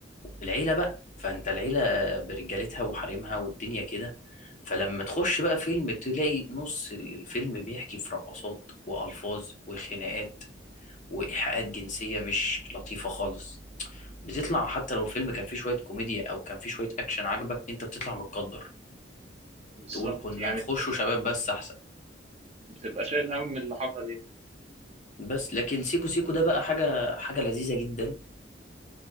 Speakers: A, on the left; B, on the right.
A: العيله بقى فانت العيله برجالتها وحريمها والدنيا كده فلما تخش بقى فيلم تلاقي نص ال- الفيلم بيحكي في رقصات والفاظ وخناقات وايحاءات جنسيه مش لطيفه خالص بتطلع حتى لو الفيلم كان فيه شويه كوميديا او كان فيه شويه اكشن عجبك انت بتطلع متقدر
B: بالظبط
A: تقول كنا
B: يعني
A: نخشه
B: بتبقى
A: شباب بس احسن
B: بتبقى شايل هم اللي حصل يعني
A: بس لكن سيكو سيكو ده بقى حاجة حاجة لذيذة جدا